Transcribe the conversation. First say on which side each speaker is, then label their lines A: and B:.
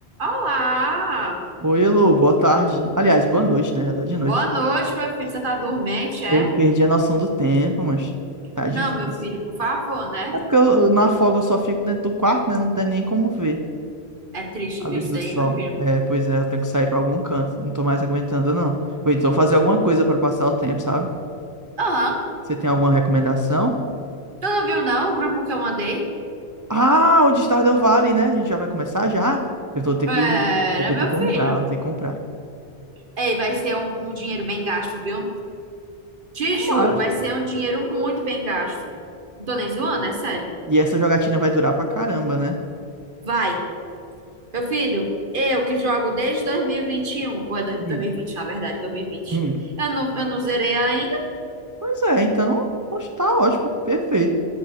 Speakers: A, on the right; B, on the right.
A: Olá!
B: Oi, elo, boa tarde. Aliás, boa noite, né? Já tá de noite.
A: Boa noite, meu filho. Você tá dormente, é?
B: Eu perdi a noção do tempo, mas tá
A: Não,
B: difícil.
A: meu filho, por favor, né?
B: É porque eu, eu- na folga eu só fico dentro do quarto, né? Não tem nem como ver
A: É triste
B: a
A: ver
B: luz
A: isso
B: do
A: aí,
B: sol.
A: meu filho.
B: É, pois é, eu tenho que sair pra algum canto. Não tô mais aguentando, não. Ou então fazer alguma coisa pra passar o tempo, sabe?
A: Aham.
B: Você tem alguma recomendação?
A: Tu não viu, não, o grupo que eu mandei?
B: Ah, o de Stardew Valley, né? A gente já vai começar já? Eu vou ter
A: Era,
B: que, vou ter
A: meu
B: que comprar,
A: filho.
B: vou ter que comprar.
A: Ei, vai ser um, um dinheiro bem gasto, viu? Te
B: Tomara.
A: juro, vai ser um dinheiro muito bem gasto. Não tô nem zoando, é sério.
B: E essa jogatina vai durar pra caramba, né?
A: Vai. Meu filho, eu que jogo desde dois mil e e vinte e um ou é do-
B: Hum,
A: dois mil e vinte? na verdade, dois mil e vinte.
B: hum.
A: Eu não, eu não zerei ainda.
B: Pois é, então, poxa, tá ótimo, perfeito.